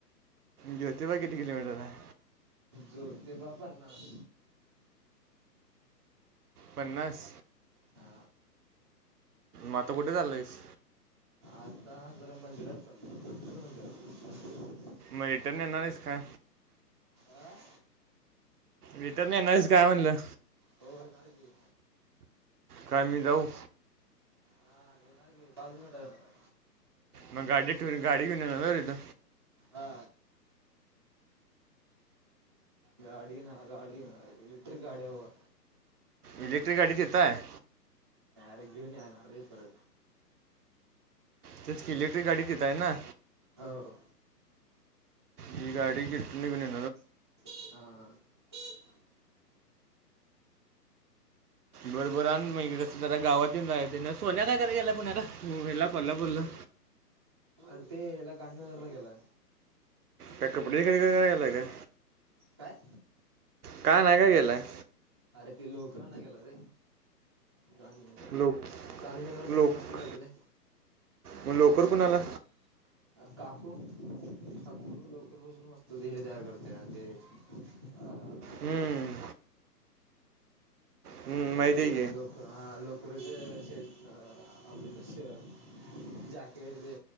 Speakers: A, on the right (about 65°); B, on the right (about 20°).
A: ज्योतिबा किती किलोमीटर आहे...
B: ज्योतिबा पन्नास...
A: पन्नास..
B: हा
A: मता कुठे चाललंयस
B: आता जरां मंदिरात चालतं मंदिरात
A: मटन येना निसका
B: आं
A: वटरन एस काय म्हणलं
B: हो सर क.
A: कामी जाऊ
B: हा ये ना क पाच मिनिट सार.
A: मग गाडी ठ गाडी घऊेतो.
B: हा गाडी ना गाड ना लट्रिक गाडयाववा.
A: इलेक्ट्रिक गाडी देता आहे.
B: र ग्यऊनपर
A: त्याच क इलेक्ट्रिक गाडी देतय ना
B: हो
A: ज गाडी घत ग नि
B: हा
A: बरोबर आणि म्हे कसं जरा गावात रा ते ना सोन्या काय करायला पुण्याला वला कोल्हापूरला
B: अ ते याला गांधीनगरला गेला.
A: का कपडी खे कर घ गला का.
B: काय
A: का नाही का गेलाय
B: अरे त लोकर ना केेला रे. गांधीनगरला
A: लोक
B: गांधीनगर सगळ
A: लोक
B: स्वस्त मिळते नाही
A: मग लोकर कुणाला
B: काकू काकू लोकर भषण वस्तू दे हे तयार करते ते अ
A: हम्म हम्म,
B: तर
A: माहिती
B: ते
A: आहे
B: लोक हा लोक श आपला श जॅकेट दे